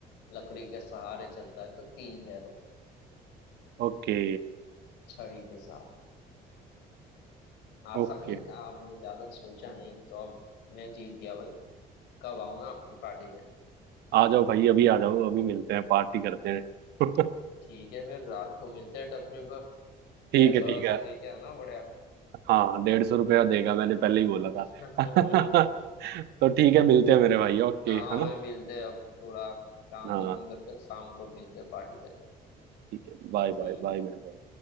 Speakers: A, on the left; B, on the right.
A: लकड़ी के सहारे चलता है तो तीन पैरों
B: ओके
A: छड़ी के साथ आसान
B: ओके
A: ही था आपने ज्यादा सोचा नहीं तो अब मैं जीत गया भाई कब आऊं मैं आपकी पार्टी लेने
B: आ जाओ भाई अभी आ जाओ अभी मिलते हैं पार्टी करते हैं <laughs>
A: ठीक है फिर रात को मिलते हैं टपरी पर
B: ठीक
A: पैसा
B: है ठीक
A: वैसा
B: है
A: लेके आना बढ़िया
B: हाँ डेढ़ सौ रुपया देगा मैंने पहले ही बोला था
A: <laughs>
B: <laughs> तो ठीक है मिलते हैं मेरे भाई ओके
A: हाँ
B: है ना
A: वही मिलते हैं अब थोड़ा काम
B: हाँ
A: खत्म कर कर शाम को मिलते हैं पार्टी कर कर
B: ठीक है बाय
A: ठीक
B: बाय बाय
A: है
B: मेरे भाई